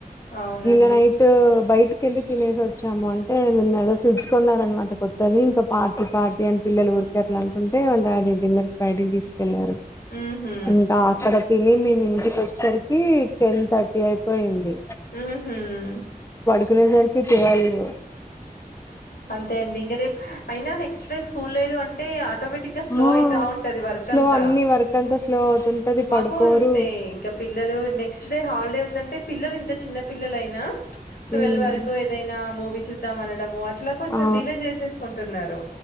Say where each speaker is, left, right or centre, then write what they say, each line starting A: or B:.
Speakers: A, on the left; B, on the left.
A: అవునండి
B: నిన్న నైట్ బయటి కెళ్లి తినేసి వచ్చాము అంటే నిన్న ఏదో చిప్స్ కొన్నారనమాట కొత్తది ఇంకా పార్టీ పార్టీ అని పిల్లలు ఎట్లాంటే వాళ్ళ డాడీ డిన్నర్ బైటికీ తీసు వెళ్ళారు
A: ఉహు
B: ఇంకా అక్కడ తిని మేము ఇంటికి వచ్చేసరిక్ కి టెన్ థర్టీ అయిపోయింది
A: హ్మ్మ్ హ్మ్మ్
B: వెళ్లే సరికి ట్వల్వ్
A: అంతే అండి ఇంకా రేపు అయినా నెక్స్ట్ డే స్కూల్ లేదు అంటే ఆటోమేటిక్ గా స్లో
B: ఆ
A: అయితా ఉంటుంది వర్క్
B: స్లో
A: అంతా
B: అన్ని వర్క్ అంతా స్లో అవుతుంటది
A: మాకు
B: పడుకోరు
A: అంతే ఇంకా పిల్లలు నెక్స్ట్ డే హాలిడే ఉందంటే పిల్లలు ఇంత చిన్న పిల్లలయినా ట్వెల్వ్
B: ఉమ్
A: వరకు ఏదైనా మూవీ చూద్దాం అనడము అట్లా కొంచం
B: ఆ
A: డిలే చేసేస్కుంటున్నారు